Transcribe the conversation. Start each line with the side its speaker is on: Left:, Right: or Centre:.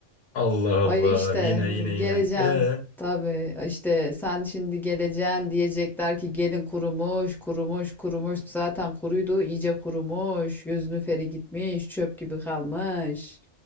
Left: Allah Allah
Centre: Vay işte
Left: yine yine yine.
Centre: geleceğin
Left: E
Centre: Tabii işte sen şimdi geleceğin diyecekler ki gelin kurumuş, kurumuş, kurumuş. Zaten kuruydu, iyice kurumuş. Gözünü feri gitmiş, çöp gibi kalmış.